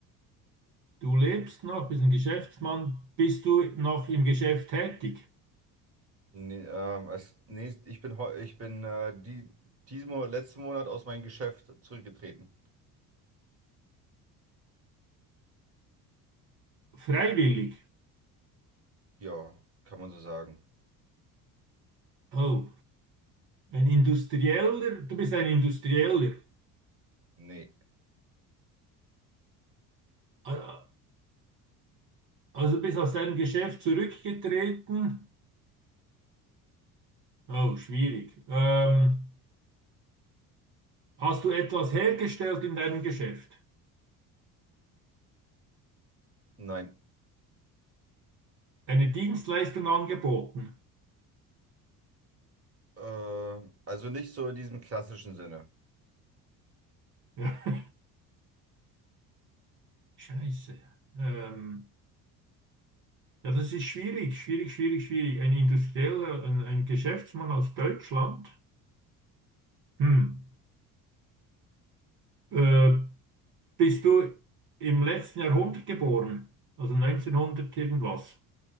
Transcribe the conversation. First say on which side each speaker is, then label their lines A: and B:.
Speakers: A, on the right (about 55°); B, on the right (about 30°).
A: Du lebst noch, bist ein Geschäftsmann. Bist du noch im Geschäft tätig?
B: Nee, ähm, als nächst, ich bin, heu- ich bin äh, die, diesen Monat, letzten Monat aus meinem Geschäft zurückgetreten.
A: Freiwillig.
B: Ja, kann man so sagen.
A: Oh, ein Industrieller. Du bist ein Industrieller.
B: Nee.
A: Ah, Also bist aus deinem Geschäft zurückgetreten. Oh, schwierig. Ähm, hast du etwas hergestellt in deinem Geschäft?
B: Nein.
A: Eine Dienstleistung angeboten?
B: Äh, also nicht so in diesem klassischen Sinne.
A: <laughs> Scheiße. Ähm, ja, das ist schwierig, schwierig, schwierig, schwierig. Ein Industrieller, ein, ein Geschäftsmann aus Deutschland. Hm. Äh, bist du im letzten Jahrhundert geboren? Also neunzehnhundert irgendwas?